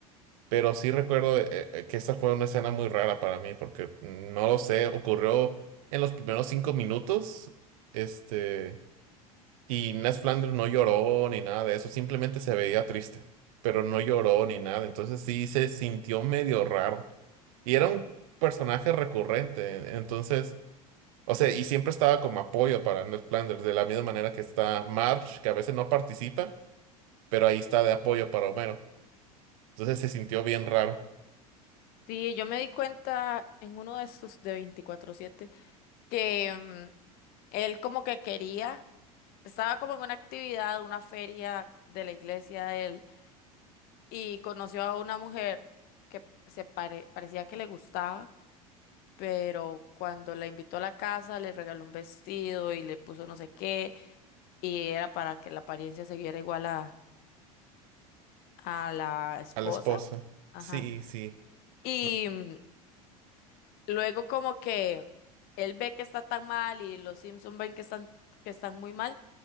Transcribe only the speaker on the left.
Sí, yo me di cuenta en uno de estos de veinticuatro siete que mm, él como que quería, estaba como en una actividad, una feria de la iglesia de él y conoció a una mujer que se pare- parecía que le gustaba, pero cuando la invitó a la casa le regaló un vestido y le puso no sé qué y era para que la apariencia se viera igual a, a la esposa.
Ajá.
y
mm, Luego como que él ve que está tan mal y los Simpson ven que están, que están muy mal,